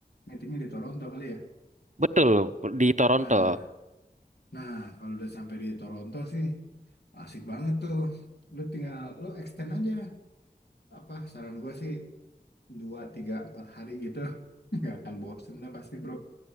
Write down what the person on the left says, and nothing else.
meetingnya di Toronto kali ya.
Nah, nah kalau udah sampai di Toronto sih asik banget tuh. Lu tinggal, lu extend aja. Apa, saran gue sih dua tiga empat hari gitu <laughs> nggak akan bosen lah pasti bro